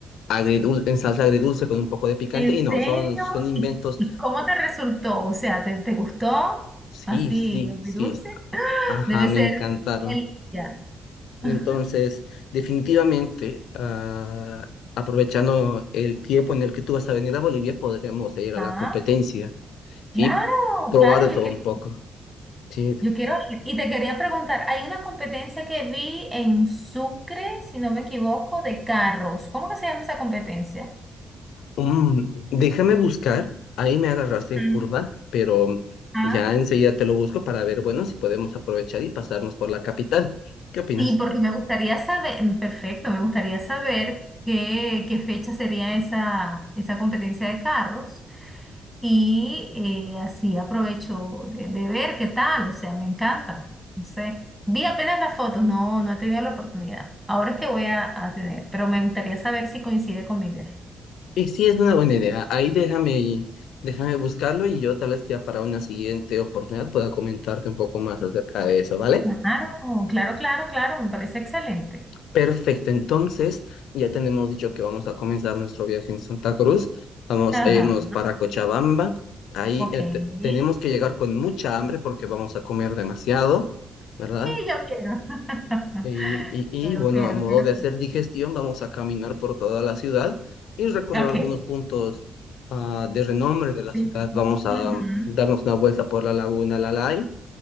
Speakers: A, on the left (about 80°); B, in the centre.
A: agridul- en salsa agridulce con un poco de picante.
B: ¿En
A: Y no,
B: serio?
A: son, son inventos.
B: ¿Y, y cómo te resultó? O sea, ¿te, te gustó?
A: Sí,
B: Así,
A: sí, sí.
B: dulce. <laughs>
A: Ajá,
B: Debe
A: me
B: ser
A: encantaron.
B: delicia. Ajá.
A: Entonces, definitivamente, ah, aprovechando el tiempo en el que tú vas a venir a Bolivia, podríamos ir a
B: Ah,
A: la competencia
B: claro,
A: y probar
B: claro,
A: de
B: yo
A: todo
B: quiero.
A: un poco. Sí.
B: Yo quiero ir. Y te quería preguntar, hay una competencia que vi en Sucre, si no me equivoco, de carros. ¿Cómo que se llama esa competencia?
A: Mm, déjame buscar, ahí me agarraste en
B: Mm.
A: curva, pero
B: Ah,
A: ya enseguida te lo busco para ver, bueno, si podemos aprovechar y pasarnos por la capital. ¿Qué opinas?
B: sí, porque me gustaría saber, mm, perfecto, me gustaría saber qué, qué fecha sería esa, esa competencia de carros. Y eh, así aprovecho de, de ver qué tal, o sea, me encanta. No sé. Vi apenas las fotos, no, no he tenido la oportunidad. Ahora es que voy a, a tener, pero me gustaría saber si coincide con mi viaje.
A: Y sí, es una buena idea. Ahí déjame, y- déjame buscarlo y yo tal vez ya para una siguiente oportunidad pueda comentarte un poco más acerca de eso, ¿vale?
B: Claro, claro, claro, claro, me parece excelente.
A: Perfecto, entonces ya tenemos dicho que vamos a comenzar nuestro viaje en Santa Cruz. Vamos
B: Ajá,
A: a irnos para Cochabamba. Ahí
B: ok.
A: eh, te- tenemos
B: Sí,
A: que llegar con mucha hambre porque vamos a comer demasiado, ¿verdad?
B: yo quiero. <laughs>
A: Y, y,
B: Quiero,
A: y, bueno,
B: quiero,
A: a modo
B: quiero.
A: de hacer digestión, vamos a caminar por toda la ciudad y recorrer
B: Ok.
A: algunos puntos ah, de renombre de la
B: Piquitos.
A: ciudad. Vamos a
B: Ujú.
A: darnos una vuelta por la Laguna Lalay